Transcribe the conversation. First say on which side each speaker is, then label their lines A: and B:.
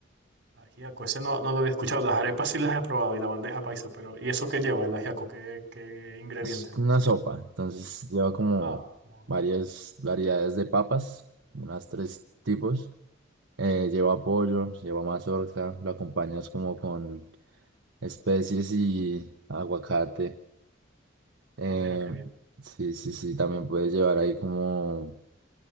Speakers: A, on the right (about 65°); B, on the right (about 80°).
A: Ajiaco, ese no, no lo había escuchado. Las arepas sí las he probado y la bandeja paisa, pero ¿y eso qué lleva el ajiaco? ¿Qué, qué ingredientes
B: Es una sopa,
A: tiene?
B: entonces lleva como
A: Ah, wow.
B: varias variedades de papas, unas tres tipos. Eh, lleva pollo, lleva mazorca, lo acompañas como con especies y aguacate. Eh,
A: Ah, mira qué bien.
B: sí, sí, sí, también puedes llevar ahí como,